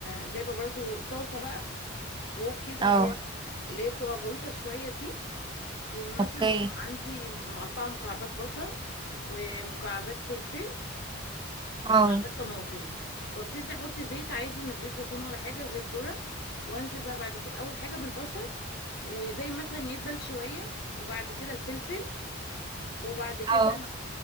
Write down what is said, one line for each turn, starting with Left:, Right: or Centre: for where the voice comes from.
Left: جايبة برضو طاسة بقى ووك كده
Right: اه
Left: اللي هي اللي هي بتبقى غويطة شوية دي ومثلا
Right: اوكي
Left: ببقى عندي مقطعة مكعبات بصل ومكعبات فلفل ومكعبات
Right: اه
Left: طماطم وابتدي احط زيت عادي من زيت زيتون ولا حاجه زيت ذره وانزل بقى بعد كده اول حاجه بالبصل وزي مثلا يدبل شويه وبعد كده الفلفل وبعد كده
Right: اه